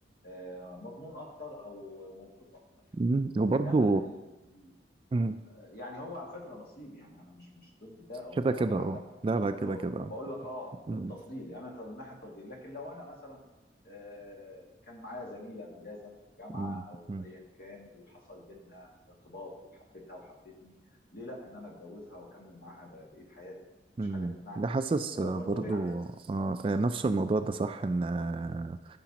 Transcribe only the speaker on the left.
آه، مضمون اكتر او موثوق اكتر
انما ال... ال-
يعني هو على فكره نصيب يعني انا مش مش ضد ده او
ده
او مع
ده
طب
بقول لك اه
التفضيل يعني طب من ناحيه التفضيل لكن لو انا مثلا آه، كان معايا زميله مجازا في الجامعه
او
ايا كان وحصل بينا ارتباط وحبيتها وحبتني ليه لا ان انا اتجوزها واكمل معاها بقيه حياتي يعني مفيش
حاجه تمنعني
فده
برضو
يعني